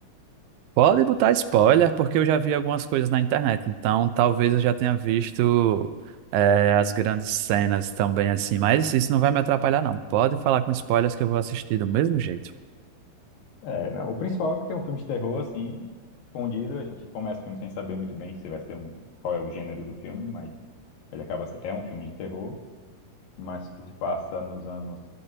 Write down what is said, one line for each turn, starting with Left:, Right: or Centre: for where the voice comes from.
Right: Pode botar spoiler, porque eu já vi algumas coisas na internet, então talvez eu já tenha visto é, as grandes cenas também, assim, mas isso não vai me atrapalhar, não. Pode falar com spoilers que eu vou assistir do mesmo jeito.
Left: É, não, o principal é que é um filme de terror, assim, escondido. A gente começa o filme sem saber muito bem se vai ser um, qual é o gênero do filme, mas ele acaba se- é um filme de terror, mas que se passa nos anos